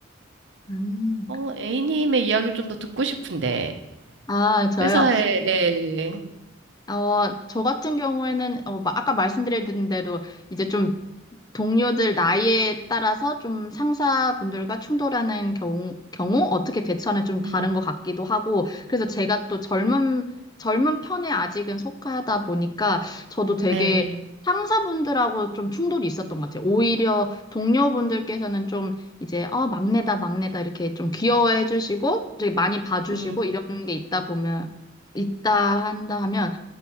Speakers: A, on the left; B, on the right.
A: 음.
B: 어, A님의 이야기를 좀 더 듣고 싶은데
A: 아, 저요?
B: 회사에 예.
A: 어, 저 같은 경우에는, 어, 마- 아까 말씀드린 대로 이제 좀 동료들 나이에 따라서 좀 상사분들과 충돌하는 경우, 경우 어떻게 대처하는 좀 다른
B: 음.
A: 것 같기도 하고, 그래서 제가 또 젊은, 젊은 편에 아직은 속하다 보니까 저도 되게
B: 네.
A: 상사분들하고 좀 충돌이 있었던 것 같아요. 오히려 동료분들께서는 좀 이제, 어, 막내다, 막내다 이렇게 좀 귀여워해 주시고, 되게 많이 봐주시고
B: 음.
A: 이런 게 있다 보면, 있다 한다 하면